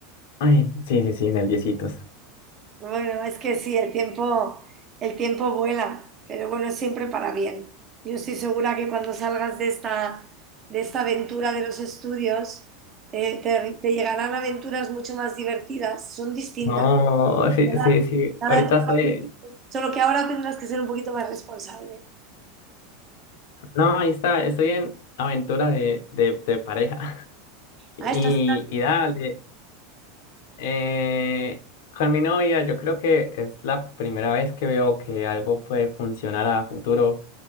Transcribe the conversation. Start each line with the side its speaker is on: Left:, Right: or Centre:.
Left: ay, sí, sí, sí, nerviositos.
Right: Bueno, es que sí, el tiempo, el tiempo vuela, pero bueno, es siempre para bien. Yo estoy segura que cuando salgas de esta, de esta aventura de los estudios, eh, te, te llegarán aventuras mucho más divertidas, son distintas.
Left: No, sí,
Right: Cada,
Left: sí, sí,
Right: cada
Left: ahorita
Right: etapa-
Left: estoy,
Right: solo que ahora tendrás que ser un poquito más responsable.
Left: no, ahí está, estoy en aventura de, de, de pareja <laughs> y,
Right: Ah, estás...
Left: y dale, eh, con mi novia yo creo que es la primera vez que veo que algo puede funcionar a futuro.